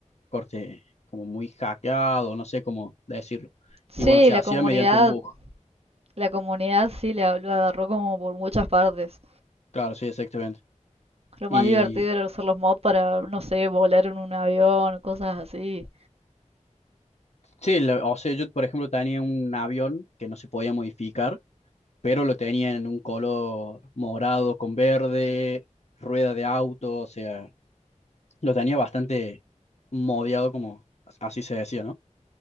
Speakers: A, on the left; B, on the right.
A: corte como muy hackeado, no sé cómo decirlo.
B: Sí,
A: Y bueno, se
B: la
A: hacía
B: comunidad,
A: mediante un bug.
B: la comunidad sí le lo agarró como por muchas partes.
A: Claro, sí, exactamente.
B: Lo
A: y
B: más divertido era usar los mods para, no sé, volar en un avión, cosas así.
A: Sí, la- o sea, yo por ejemplo tenía un avión que no se podía modificar, pero lo tenía en un color morado con verde, rueda de auto, o sea, lo tenía bastante modiado como así se decía, ¿no?